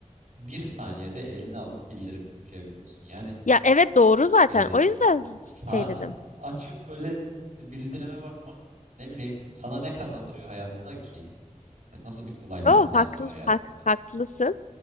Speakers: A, on the right; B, on the left.
A: bir saniyede eline alıp bildirimi okuyabiliyorsun. Yani
B: Ya evet doğru zaten.
A: e,
B: O yüzden
A: saati
B: şey dedim.
A: açıp böyle bildirime bakmak ne bileyim sana ne kazandırıyor hayatta ki? Yani nasıl bir kolaylık
B: Oh,
A: sağlıyor
B: haklı,
A: hayatında?
B: hak, haklısın.